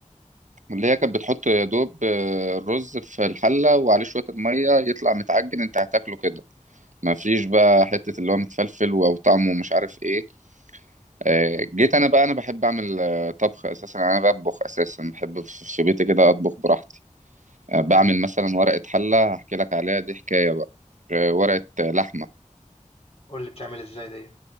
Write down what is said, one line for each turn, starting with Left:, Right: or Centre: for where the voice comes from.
Right: اللي هي كانت بتحط يا دوب آه، الرز في الحلة وعليه شوية المية يطلع متعجن انت هتاكله كده ما فيش بقى حتة اللي هو متفلفل او طعمه مش عارف ايه آه، جيت انا بقى انا بحب اعمل آه، طبخ اساسا يعني انا بطبخ اساسا بحب في في بيتي كده اطبخ براحتي آه،
Left: تمام،
Right: بعمل مثلا ورقة حلة هحكي لك عليها دي حكاية بقى آه، ورقة آه، لحمة
Left: قُل لي بتعمل إزاي ديّة،